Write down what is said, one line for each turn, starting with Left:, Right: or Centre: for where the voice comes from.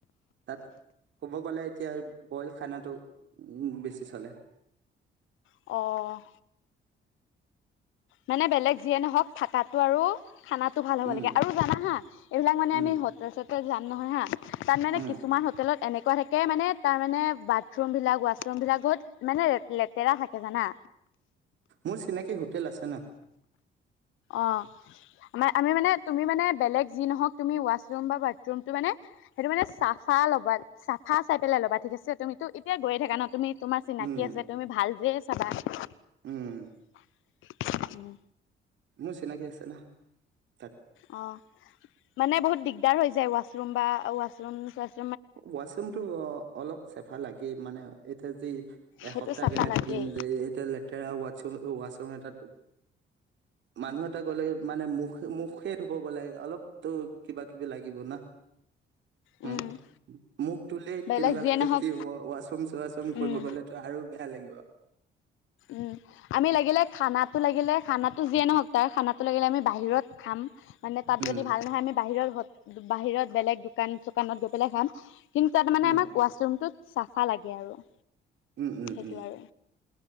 Right: তাত ক'ব গ'লে এতিয়া বইল খানাটো উম, বেছি চলে।
Left: অ'। মানে বেলেগ যিয়ে নহওঁক থাকাতো আৰু খানাটো ভাল হ'ব
Right: উম,
Left: লাগে। আৰু জানা হা এইবিলাক মানে
Right: উম,
Left: আমি হ তাৰপিছ যাম নহয় হা, তাত মানে
Right: উম,
Left: কিছুমান হোটেলত এনেকুৱা থাকে মানে তাৰমানে বাট বাথৰুমবিলাক, ওৱাছৰুমবিলাকত বহুত মানে লেতেৰা থাকে জানা?
Right: মোৰ চিনাকি হোটেল আছে ন।
Left: অ', আমাৰ আমি মানে তুমি মানে বেলেগ যি নহওঁক তুমি ওৱাছৰুম বা বাথৰুমটো মানে হেইটো মানে চাফা ল'বা চাফা চাই পেলাই ল'বা ঠিক আছে? তুমি তো এতিয়া গৈ ন, তুমি তোমাৰ চিনাকি
Right: উম,
Left: আছে তুমি ভাল <unintelligible>
Right: উম,
Left: চাব। উম।
Right: মোৰ চিনাকি আছে না। তাত
Left: অ', মানে বহুত দিগদাৰ হৈ যায়, ওৱাছৰুম বা ওৱাছৰুম-চোৱাচ
Right: ওৱাছৰুমতটো অলপ চেফা লাগেই, মানে এতিয়া যি এসপ্তাহ
Left: সেইটো চাফা
Right: কেনে
Left: লাগেই
Right: থাকিম যে এতিয়া লে লেটেৰা ওৱাট্চৰুম-ওৱাশছৰুম এটা মানুহ এটা গ'লে মানে মুখ মুখে ধোৱ গ'লে অলপতো কিবা-কিবি লাগিব না। হম
Left: উম
Right: মুখ ধুলেই
Left: বেলেগ
Right: তেনেকুৱা
Left: যিয়ে
Right: লাগে
Left: নহওক
Right: যে ৱাছৰুম চৱাছৰুম কৰিব
Left: উম
Right: গ'লেতো আৰু বেয়া লাগিব
Left: উম আমি লাগিলে খানাটো লাগিলে খানাটো যিয়ে নহওক তাৰ খানাটো লাগিলে আমি বাহিৰত খাম মানে তাত
Right: উম
Left: যদি ভাল নহয় আমি বাহিৰৰ বাহিৰত বেলেগ দোকান চোকানত গৈ পেলাই খাম কিন্তু তাত মানে
Right: উম
Left: আমাক ৱাছৰুমটোত চাফা লাগে আৰু
Right: ওম ওম
Left: সেইটো
Right: ওম
Left: আৰু